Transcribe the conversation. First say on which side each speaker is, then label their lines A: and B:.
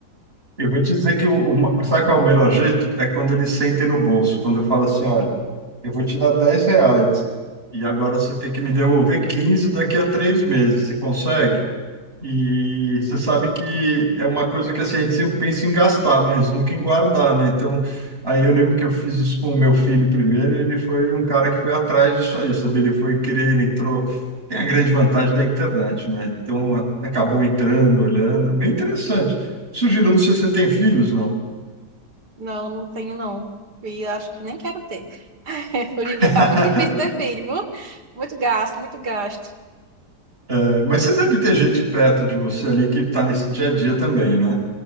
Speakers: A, on the right; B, on the right.
A: Eu vou te dizer que o, o sabe qual é o melhor jeito? É quando eles sentem no bolso, quando eu falo assim, olha, eu vou te dar 10 reais e agora você tem que me devolver 15 daqui a três meses. Você consegue? E você sabe que é uma coisa que assim, a gente sempre pensa em gastar, mas nunca em guardar, né? Então, aí eu lembro que eu fiz isso com o meu filho primeiro, e ele foi um cara que foi atrás disso aí, sabe? Ele foi querer, ele entrou. Tem a grande vantagem da internet, né? Então, a- acabou entrando, olhando. Bem interessante. Sugiro, não sei se você tem filhos, não.
B: Não, não tenho, não. E acho que nem quero ter. <laughs> Hoje
A: <laughs>
B: em dia tá muito difícil ter filho, viu? Muito gasto, muito gasto.
A: É, mas você deve ter gente perto de você ali que está nesse dia a dia também, né?